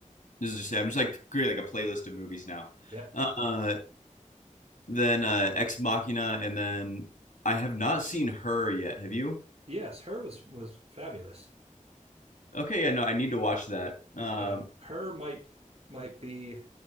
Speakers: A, on the left; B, on the right.
A: this is just I'm just like creating like a playlist of movies now.
B: yeah.
A: Uh, then uh, Ex Machina, and then I have not seen her yet. Have you?
B: Yes, her was was fabulous.
A: Okay, yeah, no, I need to watch that. Um,
B: Uh, her might might be,